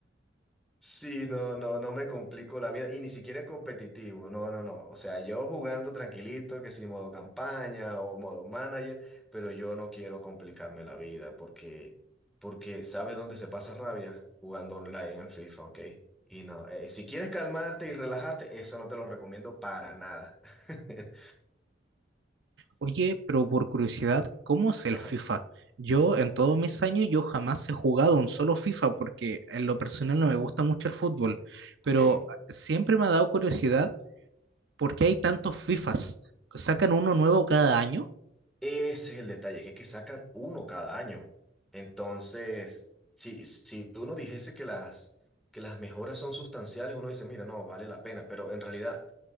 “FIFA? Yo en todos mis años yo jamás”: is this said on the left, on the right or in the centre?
Right